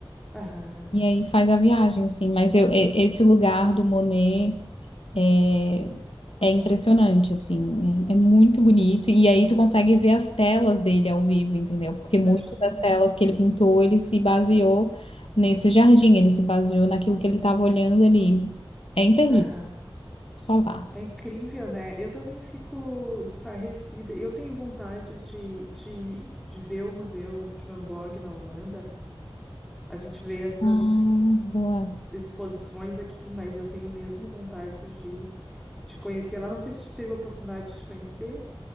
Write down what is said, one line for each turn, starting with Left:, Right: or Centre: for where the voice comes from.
Centre: aham.
Left: e aí faz a viagem assim. Mas eu, e- esse lugar do Monet eh, é impressionante, assim, é, é muito bonito. E aí tu consegue ver as telas dele ao vivo, entendeu? Porque muitas
Centre: Imagina.
Left: das telas que ele pintou, ele se baseou nesse jardim, ele se baseou naquilo que ele estava olhando ali. É imperdível,
Centre: Aham.
Left: só vá.
Centre: É incrível, né? Eu também fico estarrecida. Eu tenho vontade de, de, de ver o Museu de Van Gogh na Holanda, né? A gente vê essas.
Left: Ah, boa.
Centre: exposições aqui, mas eu tenho mesmo vontade de, de conhecer lá. Não sei se tu teve a oportunidade de conhecer.